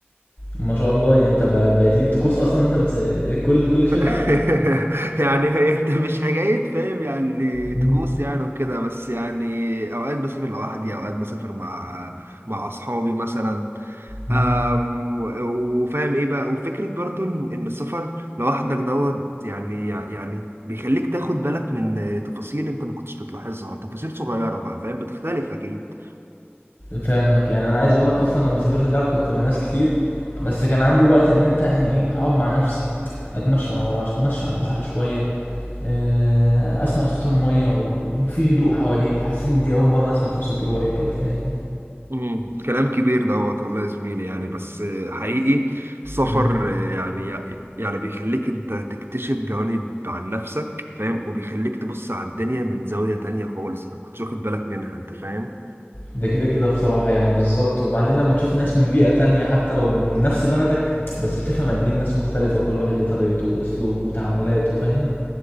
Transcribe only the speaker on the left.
ما شاء الله يعني انت بقى- بقت ليك طقوس اصلا إن انت بتس... كل كل شتاء
مم.
امم
فاهمك يعني انا عايز اقول لك اصلا لما سافرت دهب كنت مع ناس كتير بس كان عندي وقت ان انت يعني ايه اقعد مع نفسي اتمشى مع بعض، اتمشى على البحر شويه آه، اسمع صوت الميه و- وفي هدوء حواليك حسيت ان دي اول مره اسمع فيها صوت روحي كده فاهم
مم.
ده كده كده بصراحه يعني بالظبط وبعدين لما تشوف ناس من بيئه تانية حتى لو من نفس بلدك بس بتفهم قد ايه الناس مختلفه وكل واحد ليه طريقته واسلوبه وتعاملاته فاهم